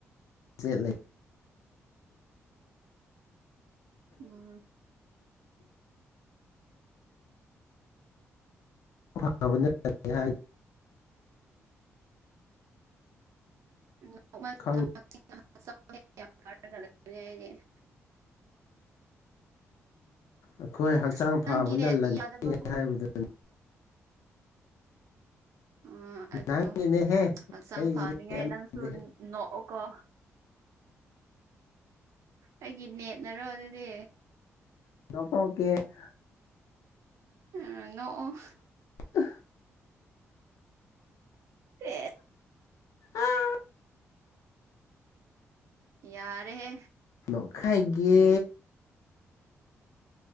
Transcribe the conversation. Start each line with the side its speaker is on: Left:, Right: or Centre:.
Left: Z ꯂꯩ
Right: ꯎꯝ
Left: <unintelligible>
Right: <unintelligible>
Left: ꯈꯪ ꯑꯩꯈꯣꯏ ꯍꯛꯆꯥꯡ
Right: ꯑꯁ
Left: ꯐꯕꯅ
Right: ꯅꯪꯒꯤ ꯅꯦꯠ
Left: ꯂꯟꯅꯤ
Right: ꯌꯥꯗꯕꯒꯨꯝ
Left: ꯍꯥꯏꯕꯗꯨꯅꯤ
Right: ꯎ ꯑꯗꯣ
Left: ꯅꯪꯒꯤꯅꯦꯍꯦ
Right: ꯍꯛꯆꯥꯡ
Left: ꯑꯩꯒꯤꯗꯤ
Right: ꯐꯅꯤꯡꯉꯥꯏ
Left: ꯀꯩꯝ
Right: ꯅꯪꯁꯨ
Left: ꯇꯧꯗꯦꯍꯦ
Right: ꯅꯣꯛꯑꯣꯀꯣ ꯑꯩꯒꯤ ꯅꯦꯠꯅꯔꯣ ꯑꯗꯨꯗꯤ
Left: <unintelligible>
Right: ꯑꯥ ꯅ‌ꯣꯛꯑꯣ
Left: ꯑ
Right: ꯑꯦ
Left: ꯑꯥ
Right: ꯌꯥꯔꯦ ꯍꯦ꯫
Left: ꯅꯣꯛꯈꯥꯏꯒꯦ